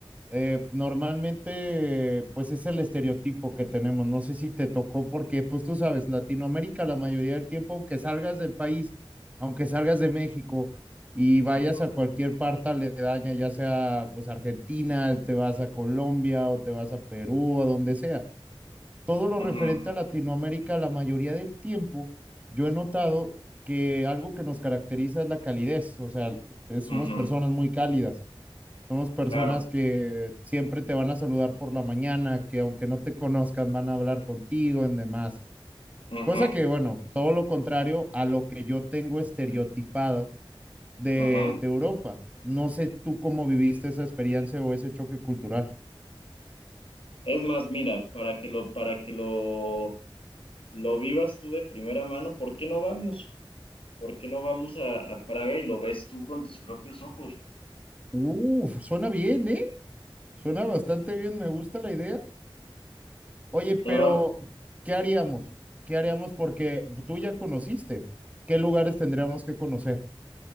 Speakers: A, on the right; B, on the left.
A: eh, normalmente pues es el estereotipo que tenemos, no sé si te tocó, porque pues tú sabes, Latinoamérica la mayoría del tiempo, aunque salgas del país, aunque salgas de México y vayas
B: Ujú,
A: a cualquier parte aledaña, ya sea pues Argentina, te vas a Colombia o te vas a Perú o donde sea todo lo
B: ujú,
A: referente a Latinoamérica, la mayoría del tiempo, yo he notado que algo que nos caracteriza es la calidez, o sea, eh, somos
B: ujú, ujú,
A: personas muy cálidas, somos personas
B: claro,
A: que siempre te van a saludar por la mañana, que aunque no te conozcan van a hablar contigo en demás.
B: ujú,
A: Cosa que, bueno, todo lo contrario a lo que yo tengo estereotipado de,
B: ujú.
A: de Europa. No sé tú cómo viviste esa experiencia o ese choque cultural.
B: Es más, mira, para que lo, para que lo, lo vivas tú de primera mano, ¿por qué no vamos? ¿Por qué no vamos a, a Praga y lo ves tú con tus propios ojos?
A: Uf, suena bien, ¿eh? Suena bastante bien, me gusta la idea. Oye, pero
B: No lo...
A: ¿qué haríamos?
B: Ujú.
A: ¿Qué haríamos? Porque tú ya conociste. ¿Qué lugares tendríamos que conocer?